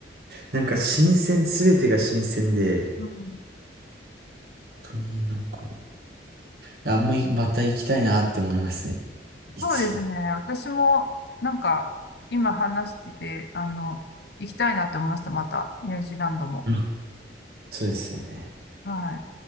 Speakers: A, on the right; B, on the left.
A: なんか新鮮、すべてが新鮮で、
B: うん、
A: 本当になんか、あんまりまた行きたいなって思いますね。いつも。
B: そうですね。私も、なんか、今話してて、あの、行きたいなって思いました、また、ニュージーランドも。
A: うんそうですよね。
B: はい。